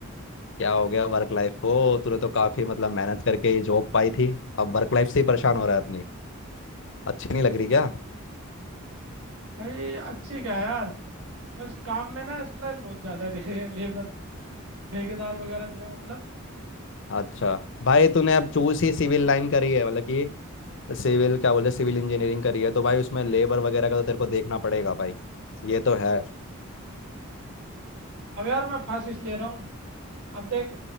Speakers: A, on the left; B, on the right.
A: क्या हो गया वर्क लाइफ को तूने तो काफी मतलब मेहनत करके ये जॉब पाई थी अब वर्क लाइफ से ही परेशान हो रहा है अपनी अच्छी नहीं लग रही क्या
B: भाई अच्छी क्या है यार बस काम में ना स्ट्रेस बहुत ज़्यादा दे लेबर ठेकेदार वगैरह जो है मतलब
A: अच्छा भाई तूने अब चूज ही सिविल लाइन करी है मतलब कि सिविल क्या बोले सिविल इंजीनियरिंग करी है तो भाई उसमें लेबर वगैरह का तो तेरे को देखना पड़ेगा भाई ये तो है
B: अब यार मैं फंस इस ले रहा हूँ अब देख